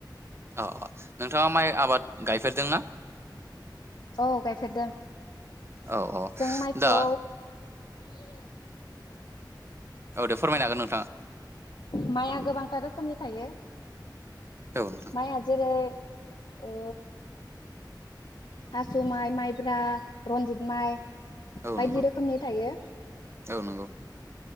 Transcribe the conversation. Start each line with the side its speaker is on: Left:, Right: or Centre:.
Right: अ नोंथाङा माइ आबाद गायफेरदों ना?
Left: औ गायफेरदों
Right: औ औ
Left: जों माइखौ
Right: दा
Left: <inaudible>
Right: औ दे फोरमायनो हागोन नोंथाङा।
Left: माइया गोबांथार रोखोमनि थायो।
Right: औ नोंथां
Left: माइया जेरै ओ आसु माइ माइब्रा रन्जित माइ
Right: औ
Left: बायदि
Right: नंगौ
Left: रोखोमनि थायो।
Right: औ नंगौ